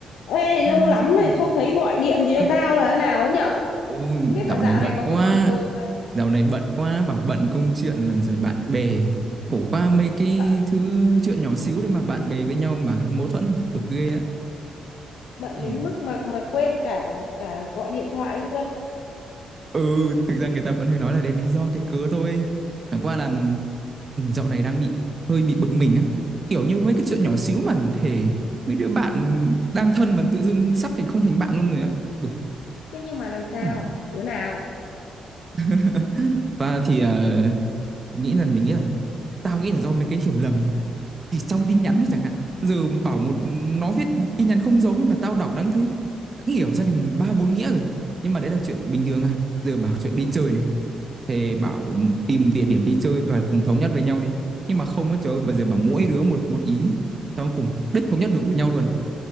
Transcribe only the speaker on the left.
Ê, lâu
lắm
mày không thấy gọi điện thì cho
tao là thế nào ấy nhở?
Không biết
là dạo
này có
cái gì rồi mà
bận
bận
đến mức mà mà quên cả cả gọi điện thoại luôn.
Thế nhưng mà làm sao?
Đứa nào?
Ừ,